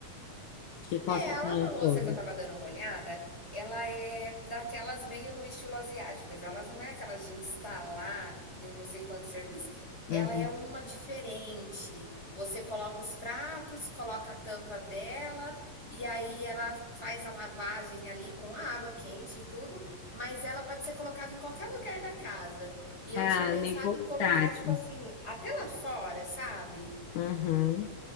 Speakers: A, on the left; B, on the left.
A: que costa
B: É, a
A: assim
B: lava-louça
A: ao fogo.
B: que eu tava dando uma olhada, ela é daquelas meio no estilo asiáticas. Elas não é aquelas de instalar de não sei quanto serviço. Ela
A: Uhum.
B: é uma diferente. Você coloca os pratos, coloca a tampa dela, e aí ela faz a lavagem ali com a água quente e tudo, mas ela pode ser colocada em qualquer lugar da casa. E eu
A: Ah,
B: tinha pensado
A: meio portátil.
B: em colocar, tipo assim, até lá fora, sabe?
A: Uhum.